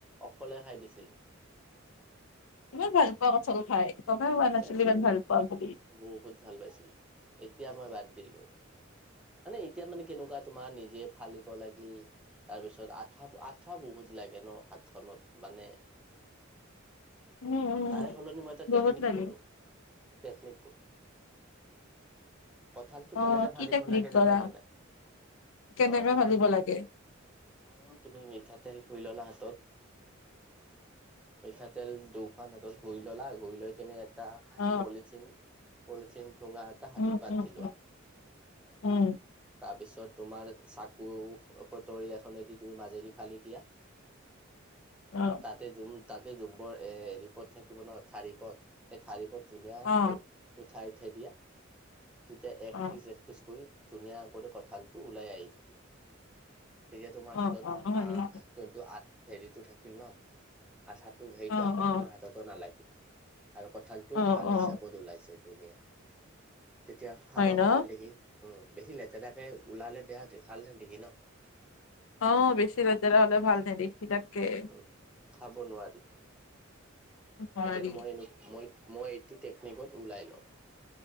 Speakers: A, in the centre; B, on the left.
A: অকলে খাই দিছিলো
B: ইমান ভাল পোৱা কঁঠাল খাই, গমে পোৱা নাছিলো
A: এই বহু
B: ইমান ভাল পোৱা বুলি।
A: বহুত ভাল পাইছিলো‌, এতিয়া মই বাদ দিলো। মানে এতিয়া মানে কেনেকুৱা তোমাৰ নিজে ফালিব লাগে। তাৰপিছত আঠা আঠা বহুত লাগে ন হাতখনত মানে-
B: উম উম
A: তাৰে সলনি মই এটা
B: বহুত
A: টেকনিক
B: লাগে
A: কৰোঁ, টেকনিক কৰোঁ। <inaudible> কঁঠালতো
B: অ
A: কেনেকে
B: কি
A: ফালিব
B: টেকনিক
A: লাগে
B: কৰা
A: জানা নে নাই?
B: কেনেকে
A: ধৰা তোমাৰ
B: ভালিব
A: <unintelligible>
B: লাগে
A: উম <unintelligible> তুমি মিঠাতেল ঘঁহি ল'লা হাতত মিঠাতেল দুক <unintelligible> দুয়োখন হাতত ঘঁহি ললা, ঘঁহি লৈ কিনে এটা
B: অ
A: পলিথিন-পলিথিন ঠোঙা <unintelligible> <unintelligible> টা হাতত
B: উম
A: বান্ধি
B: উম
A: লোৱা।
B: উম উম
A: তাৰ পিছত তোমাৰ চাকু কটৰি এখনে দি তুমি মাজেদি ফালি দিয়া। <unintelligible>
B: অ
A: তাতে জুম তাতে জুমবৰ এ হেৰি পদ থাকিব ন, ঠাৰি পদ? <unintelligible> এই ঠাৰি পদ ধুনীয়াকৈ
B: অ
A: উঠাই-উঠাই দিয়া তেতিয়া এক
B: অ
A: পিচ, এক পিচ <unintelligible> কৰি ধুনীয়া কৰি কঁঠালটো ওলাই আহি থাকি। <inaudible> তেতিয়া তোমাৰ
B: অ
A: হাতত
B: অ হয়
A: আহ
B: নেকি?
A: <unintelligible> যোনটো আঠ <unintelligible> হেৰিটো থাকিল ন আঠাটো সেইটো
B: অ অ
A: আঠা হাততো নালাগিল আৰু কঁঠালটো
B: অ
A: ভাল
B: অ
A: হিচাপত ওলাইছে ধুনীয়া। <inaudible> তেতিয়া খাবা
B: হয় ন
A: ভাল দেখি, উম! বেছি লেতেৰাকে ওলালে বেয়া দে ভাল নেদেখি ন। <unintelligible>
B: অঁ! বেছি লেতেৰা হ'লে ভাল নাই দেখি তাকে। <inaudible>
A: উম! খাব নোৱাৰি। <unintelligible>
B: নোৱাৰি
A: সেইকাৰণে মই <inaudible> মই-মই এইটো টেকনিকত ওলাই লওঁ। ‌